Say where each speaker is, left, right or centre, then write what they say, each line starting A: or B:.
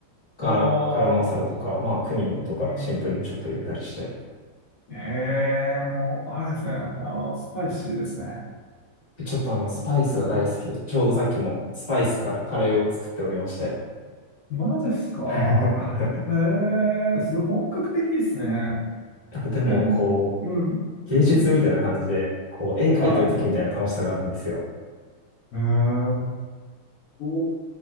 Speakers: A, on the left; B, on the left.
A: ガラ、
B: ああ、
A: ガラムマサラとか、まあ、クミンとか、
B: うん。
A: シンプルにちょっと入れたりして、
B: へえ、もう、あれですね。あの、スパイシーですね。
A: ちょっとあの、スパイスが大好きで、ちょうどさっきもスパイスからカレーを作っておりまして。
B: マジですか。
A: <laughs>
B: へ
A: や
B: え、すごい本格的ですね。
A: っぱでも、
B: え、
A: こう、
B: うん、
A: 芸術みたいな感じで、
B: うん。
A: こう、絵描いてる時みたいな楽しさがあるんですよ。
B: はい。へえ、お、う